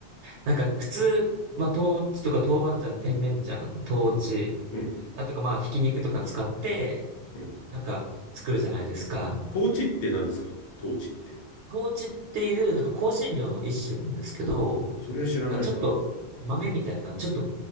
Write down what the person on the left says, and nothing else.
うん、うん、
うん。
統治って何ですか統治って。
それは知らないな。